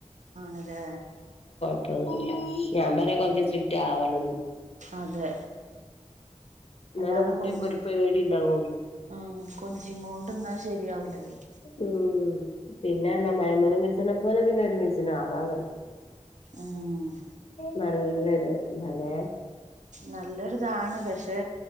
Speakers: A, on the right; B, on the left.
A: ആണ് ല്ലേ.
B: ഇപ്പൊന്നുല്ല ഞാൻ പറ കോറച്ച് സ്ട്രിക്റ്റ് ആവണംന്ന്.
A: അതെ
B: എന്നാലെ
A: അല്ലാതെ
B: കുട്ടികക്കൊരു
A: പോയി
B: പേടി ഉണ്ടാവുള്ളു
A: ആ കൊഞ്ചി കൊണ്ട്ന്നാൽ ശരിയാവിലല്ലോ.
B: ഉം പിന്നെ എന്നാ മഴമൂന മിസിനെ പോലെ പിന്നെ ഒരു മിസിനും ആകാൻ കയ്യും.
A: ആഹ
B: നല്ലൊരു തലെ
A: നല്ലൊരിതാണ് പക്ഷെ